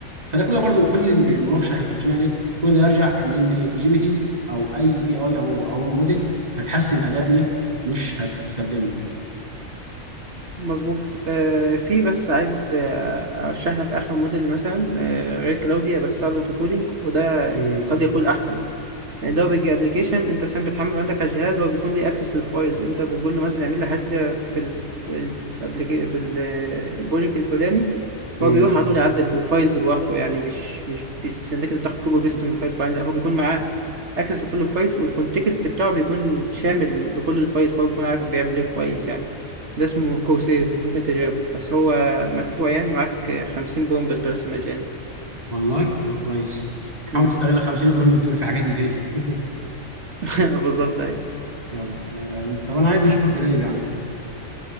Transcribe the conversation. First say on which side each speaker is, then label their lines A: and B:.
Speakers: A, on the right; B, on the right.
A: فده كله برضو كل
B: امم
A: المناقشة اللي احنا اتناقشناها دي كل ده يرجع لأن جي بي تي أو أي إي أي أو أو موديل هتحسن أدائني مش هتستبدلني
B: مظبوط آه في بس عايز آه، ارشح لك اخر موديل مثلا آه غير كلاودي بستخدمه في الكودينج وده
A: امم
B: قد يكون احسن يعني ده بيجي ابلكيشن انت سام بتحمله عندك على الجهاز هو بيكون ليه اكسس للفايلز انت بتقول له مثلا اعمل لي حاجه في ال الابليكي في ال- البروجكت الفلاني
A: امم
B: هو بيروح على طول يعدل في الفايلز براحته يعني مش مش بيستناك انت تاخد كوبي بيست من فايل فايل لا هو بيكون معاه اكسس لكل الفايلز والكونتكست بتاعه بيكون شامل لكل الفايلز فهو بيكون عارف بيعمل ايه كويس يعني ده اسمه كورسير ممكن تجربه بس هو مدفوع يعني معاك 50 بومبت بس مجاني
A: والله هو كويس حاول
B: مم.
A: تستغل 50 برامج دول في حاجات مفيدة <laughs>
B: <laughs> بالظبط أيوة.
A: يلا آه، طب أنا عايز أشوفك قريب يعني